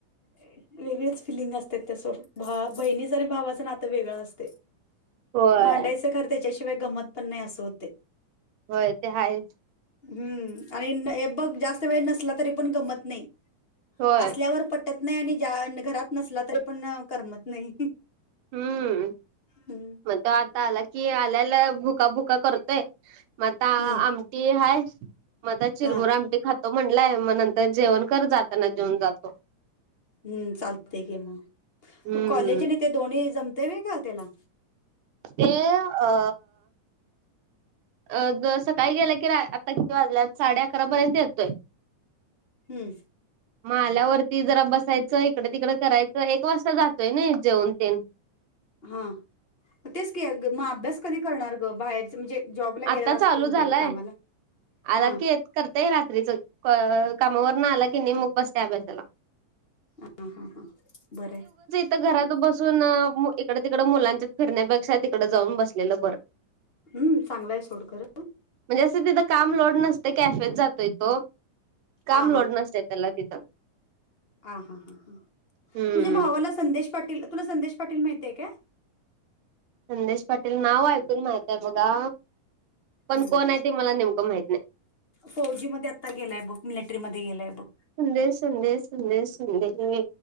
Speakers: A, on the left (about 25°); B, on the right (about 80°).
A: अ वेगळेच फिलिंग असते त्यासो भा बहिणीच आणि भावाचं नातं वेगळां असते
B: होय
A: भांडायचं खर त्याच्याशिवाय गमत पण नाही असं होते
B: होय ते हाच
A: हम्म आणि हे बघ जास्त वेळ नसला तरी पण गमत नाही
B: होय
A: असल्यावर पटत नाही आणि घरात नसला तरी पण करमत नाही
B: हम्म
A: हम्म
B: मग आता आला की आल्याला भुका भुका करतोय मग आ
A: हम्म
B: ते आहेच मदात चिरमर
A: हा
B: आमटी खातो म्हटलंय मग नंतर जेवण कर जाताना जेऊन जातो
A: हम्म चालते कि मग
B: हम्म
A: कॉलेजने ते दोन्ही जमते का त्याला
B: ते अ अ सकाळी गेल्या की आता किती वाजल्या साडे अकरापर्यंत येतोय
A: हम
B: म आल्यावरती जरा बसायचं इकडे तिकड करायचं एक वाजता जातोय ना जेवन ते
A: हा तेच क मग अभ्यास कधी करणार ग बाहेर म्हणजे जॉबला
B: आता
A: गेल्यावर असं
B: चालू
A: म्हणते
B: झालाय
A: का कामाला
B: आला
A: हा
B: की येत करताय रात्रीच कामावर न आला की नाही मग बसते अभ्यासाला
A: हां हां हां बरं
B: तर घरात बसून इकडे तिकड मुलांच्या फिरण्यापेक्षा तिकड जाऊन बसलेलं बरं
A: हम् चांगलंय आहे सोड कर
B: म्हणजे असं तिथं काम लोड नसते कॅफेेत जातोय तो काम
A: हा
B: लोड नसते त्याला तिथं
A: ह हा हां ह
B: हम्म
A: तुझ्या भावाला संदेश पाटील तुला संदेश पाटील माहतेय का
B: संदेश पाटील नाव ऐकून माहितय बघा पण
A: हम्
B: कोण आहे ते मला नेमकं माहित नाही
A: फौजी मध्ये आता गेलाय बघ मिलिटरी मध्ये गेलाय बघ
B: संंदे संंदे सधे संदे